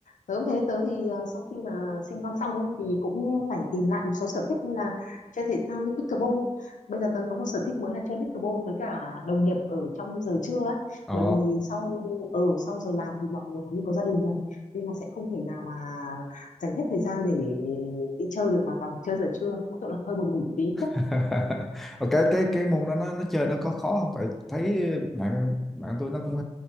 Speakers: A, on the left; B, in the centre.
A: tớ cũng thế tớ thì à, sau khi mà sinh con xong ấy thì cũng phải tìm lại một số sở thích như là chơi thể thao như pickleball. Bây giờ tớ có một sở thích mới là chơi pickleball với cả đồng nghiệp ở trong giờ trưa ấy.
B: Ồ.
A: Bởi vì sau ở sau giờ làm thì mọi người cũng có gia đình rồi nên là sẽ không thể nào mà dành hết thời gian để đi chơi được mà toàn chơi giờ trưa. Mỗi tội là hơi buồn ngủ tí.
B: <laughs> Ờ, cái cái cái môn đó nó nó chơi nó có khó không tại thấy bạn bạn tôi nó cũng